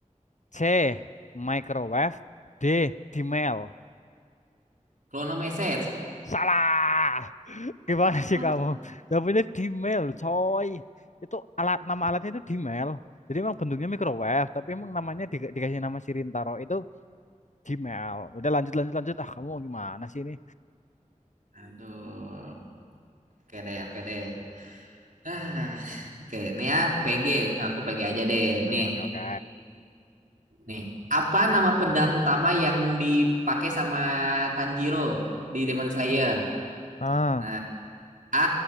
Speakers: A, on the left; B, on the right.
A: C. Microwave. D. Dimail.
B: <laughs> Chrono message.
A: Salah. Gimana
B: Apa?
A: sih kamu? Jawabannya Dimail, coy. Itu alat nama alatnya itu Dimail. Jadi emang bentuknya microwave, tapi emang namanya di- dikasih nama Sirintaro itu Dimail. Udah lanjut lanjut lanjut. Ah, kamu gimana sih ini?
B: Aduh. Oke deh, oke deh. Ah, oke. Nih ya PG. Aku PG aja deh.
A: Oke,
B: Nih.
A: oke, oke.
B: Nih, apa nama pedang utama yang dipakai sama Tanjiro di Demon Slayer?
A: Ah,
B: Nah, A.